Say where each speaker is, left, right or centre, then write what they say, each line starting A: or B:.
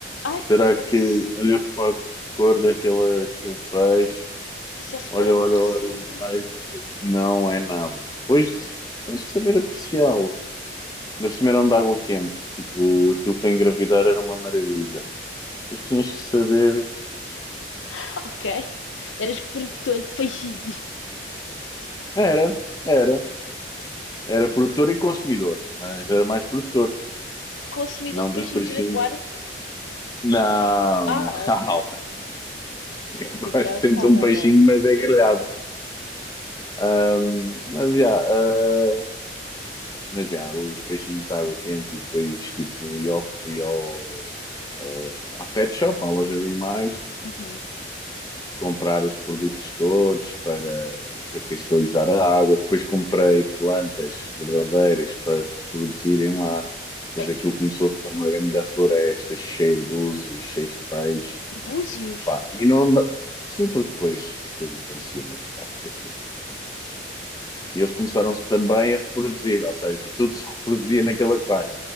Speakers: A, on the left; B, on the left.
A: Ai,
B: Será
A: por amor
B: que
A: de Deus.
B: olha para a cor daquele aquele peixe?
A: Isso é super
B: Olha,
A: aborrecido.
B: olha, olha, olha, não é nada. Depois tens que saber apreciá-los. Ainda por cima eram de água quente, tipo, aquilo para engravidar era uma maravilha. Mas tinhas que saber.
A: <laughs> Ok. Eras produtor de peixinhos.
B: Era, era. Era produtor e consumidor, mas era mais produtor,
A: Consumidor
B: não
A: de peixinhos
B: dos peixinhos.
A: de aquário?
B: Não,
A: Ah,
B: não. <laughs>
A: ok.
B: Eu
A: Fiquei
B: Gosto
A: preocupada
B: sempre de um peixinho,
A: agora.
B: mas é grelhado. Ahm, mas já, ah, mas já, os peixinhos de água quente e depois tipo, e ao, e ao, ao- à pet shop, à loja de animais,
A: Uhum.
B: comprar os produtos todos para, para cristalizar a água. Depois comprei plantas verdadeiras para produzirem lá. Depois
A: Ai,
B: aquilo começou a ficar uma grande floresta, cheia de búzios, cheia de peixes.
A: búzios?
B: Pá, e não anda... Sim, porque depois aquilo trazia uma bactéria assim, era um búzio. e eles começaram também
A: Ah,
B: a reproduzir, ou seja, tudo se reproduzia naquele aquário.